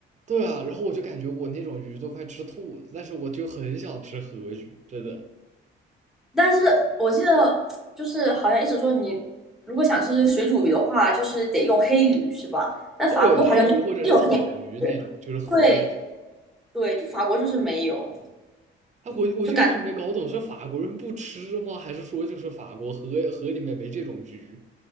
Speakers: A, on the right; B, in the centre.
A: 对啊，然后我就感觉我那种鱼都快吃吐了，但是我就很想吃河鱼，真的。
B: 但是我记得就是好像一直说你如果想吃水煮鱼的话，就是得用黑鱼是吧？但法国好像就没有黑鱼，
A: 对，黑鱼或者是草鱼那种，就是河鱼。
B: 对对，就法国就是没有，
A: 哎，我我就一直没搞懂，
B: 就感
A: 是法国人不吃吗？还是说就是法国河河里面没这种鱼？